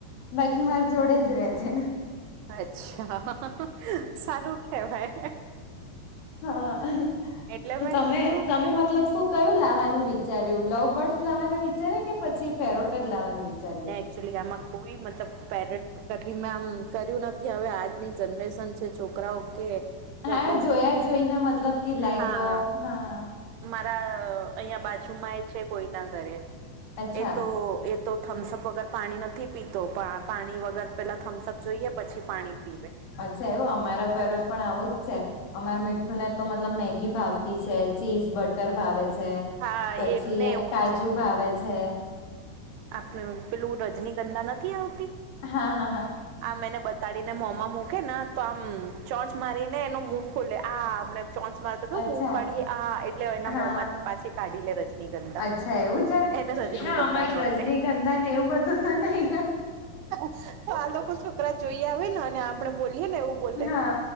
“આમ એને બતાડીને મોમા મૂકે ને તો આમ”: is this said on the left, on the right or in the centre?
Right